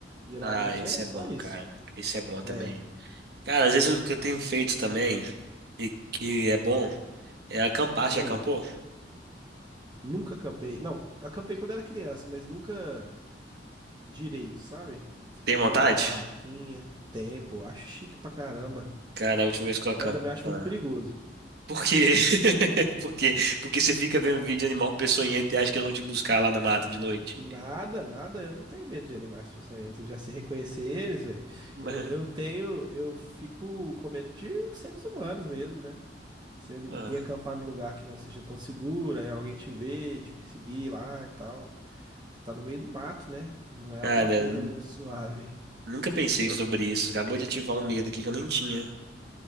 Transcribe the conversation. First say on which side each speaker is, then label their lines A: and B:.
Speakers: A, on the right; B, on the right.
A: Geralmente
B: Ah, isso
A: é
B: é
A: só
B: bom,
A: isso.
B: cara. Isso é bom também.
A: É,
B: Cara, às vezes o que eu tenho feito também, e que é bom, é acampar. Já
A: hum,
B: acampou?
A: nunca acampei. Não, acampei quando era criança, mas nunca direito, sabe? Você pegar
B: Tem vontade?
A: uma barraquinha, tempo, acho chique pra caramba,
B: Cara, a última vez que eu acampei.
A: mas também acho
B: Ah.
A: muito perigoso.
B: Por quê? <laughs> Por quê? Porque você fica vendo vídeo de animal peçonhento e acha que eles vão te buscar lá na mata de noite.
A: Nada, nada, eu não tenho medo de animais peçonhentos, eu já sei reconhecer eles, velho.
B: <laughs>
A: Eu, eu tenho, eu fico com medo de os seres humanos mesmo, né? Você n-
B: Ah.
A: ir acampar num lugar que não seja tão seguro, aí alguém te vê, e te perseguir lá e tal. Você tá no meio do mato, né? Não é
B: Cara,
A: alguma coisa
B: n-
A: muito suave.
B: nunca pensei sobre isso. Acabou de ativar um medo aqui que eu nem tinha.